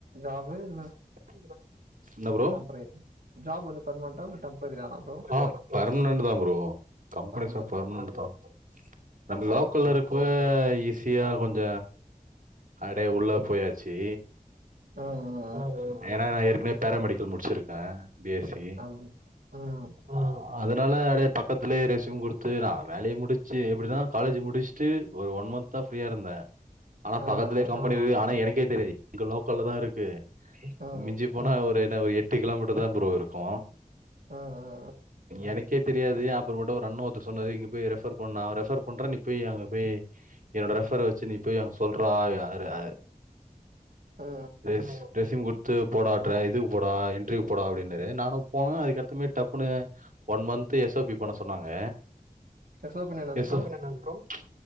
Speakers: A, on the right (about 80°); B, on the right (about 65°).
A: ஜாபு இல்ல
B: <unintelligible> என்ன ப்ரோ
A: டெம்பரரி ஜாப் வந்து பர்மனென்ட்டா இல்ல டெம்பரரி தானா ப்ரோ
B: ஆ பர்மனன்ட் தா ப்ரோ கம்பெனி
A: பர்மனென்ட்
B: ஸ்டாஃப் பெர்மனட்
A: தானா
B: தா நம்ம லோக்கல்ல
A: ஓகே ஓகே
B: இருக்க ஈஸி சியா கொஞ்ச அடைய உள்ள போயாச்சி
A: ஆ ஆ
B: அ ஆ ஏனா நா ஏற்கனவே பேராமெடிக்கல் முடிச்சிருக்கே பி எஸ் சி
A: ம் ம் அது ம்
B: ஆ அதனால பக்கத்துலே ரெசிம் குடுத் து நா வேலய முடிச்சு எப்டினா காலேஜ் முடிச்சுட்டு ஒரு ஒன் மன்த்தா ஃப்ரீயா இருந்தே ஆனா
A: ஆ
B: பக்கத்திலே
A: ஆ
B: கம்பெனி இருக்கு ஆனா எனக்கே தெரியாது இங்க லோக்கல்ல தா இருக் கு
A: ம்
B: மிஞ்சி போனா ஒரு என்ன ஒரு எட்டு கிலோமீட்டர் தா ப்ரோ இருக்கு
A: ஆ ஆ
B: எனக்கே தெரியாது அப்புறோமேட்டு ஒரு அண்ணே ஒருத்தர் சொன்னாரு இங்க போய் ரெஃபர் பண்ணா ரெஃபர் பண்றே நீ போய் அங்க போய் என்னோட ரெஃபர வச்சு நீ போய் அங்க சொல்றா அர் அர் அர்
A: அ ஆ
B: ரெஸ் ரெஸ்யூம் குட்த்து போடா ட்றா இதுக்கு போடா இன்ட்ரவியூ போடா அப்டினாரு நானு போனே அதுக்கப்றமே டப்புன்னு one month S O P பண்ண சொன்னாங்க
A: எஸ் ஓ பி னா என்னது
B: எஸ்
A: ப்ரோ
B: ஓ ச்